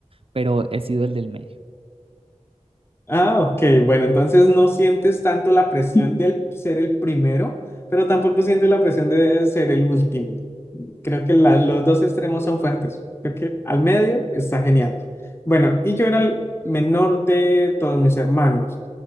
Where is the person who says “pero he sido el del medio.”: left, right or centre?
Right